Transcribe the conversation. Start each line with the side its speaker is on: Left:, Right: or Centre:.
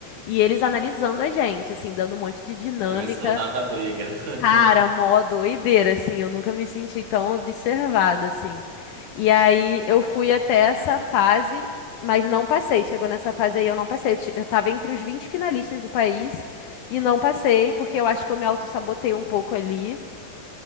Left: e eles analisando a gente, assim, dando um monte de dinâmica.
Right: Pra ver se não dava briga. <laughs>
Left: Cara, mó doideira, assim, eu nunca me senti tão observada, assim. E aí eu fui até essa fase, mas não passei. Chegou nessa fase aí, eu não passei. Eu, ti- eu tava entre os 20 finalistas do país e não passei, porque eu acho que eu me autossabotei um pouco ali.